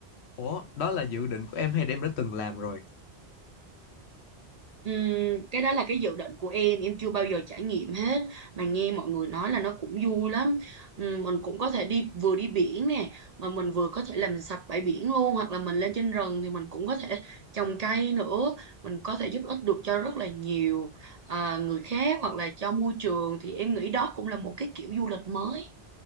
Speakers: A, on the left (about 85°); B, on the right (about 45°).
A: ủa đó là dự định của em hay là em đã từng làm rồi
B: Ừm, cái đó là cái dự định của em em chưa bao giờ trải nghiệm hết mà nghe mọi người nói là nó cũng vui lắm Ừm, mình cũng có thể đi vừa đi biển nè mà mình vừa có thể làm sạch bãi biển luôn hoặc là mình lên trên rừng thì mình cũng có thể trồng cây nữa mình có thể giúp ích được cho rất là nhiều à, người khác hoặc là cho môi trường thì em nghĩ đó cũng là một cái kiểu du lịch mới